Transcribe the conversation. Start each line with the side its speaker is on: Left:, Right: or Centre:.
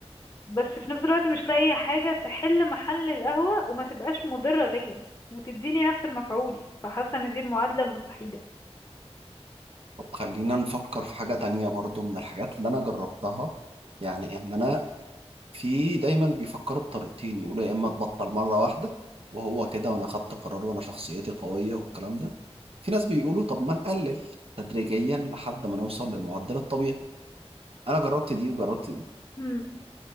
Left: بس في نفس الوقت مش لاقية حاجة تحل محل القهوة وما تبقاش مضرة ليا وتديني نفس المفعول فحاسة إن دي المعادلة المستحيلة
Right: طب خلينا نفكر في حاجه تانية برضو من الحاجات اللي انا جربتها يعني ان انا في دايما بيفكروا بطريقتين يقولوا يا اما تبطل مره واحده وهو كده وانا اخدت قرار وانا شخصيتي قويه والكلام ده في ناس بيقولوا طب ما نقلل تدريجيا لحد ما نوصل للمعدل الطبيعي انا جربت دي وجربت دي
Left: مم.